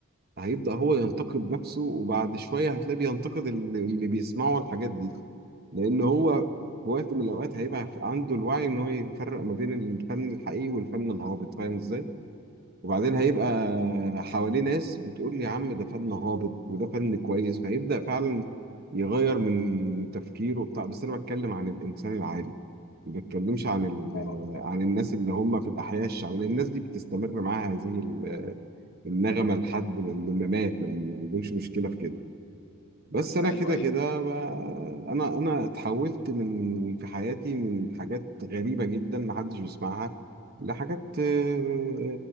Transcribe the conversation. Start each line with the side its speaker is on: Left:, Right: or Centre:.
Right: هيبدأ هو ينتقد نفسه وبعد شوية هتلاقيه بينتقد اللي, اللي بيسمعوا الحاجات دي لأن هو في وقت من الأوقات هيبقى عنده الوعي إن هو يفرق ما بين الفن الحقيقي والفن الهابط فاهم إزاي؟ وبعدين هيبقى حواليه ناس بتقول يا عم ده فن هابط وده فن كويس فهيبدأ فعلا يغير من تفكيره وبتاع بس أنا بتكلم عن الإنسان العادي ما بتكلمش عن ال-
Left: اه اه
Right: عن الناس اللي هم في الأحياء الشعبية لأن الناس دي بتستمر معاها هذه النغمة لحد ما- لما مات يعني ما عندهمش مشكلة في كده بس أنا
Left: ايوه
Right: كده
Left: ايوه
Right: كده ب- أنا أنا اتحولت من في حياتي من حاجات غريبة جدا محدش بيسمعها لحاجات آه،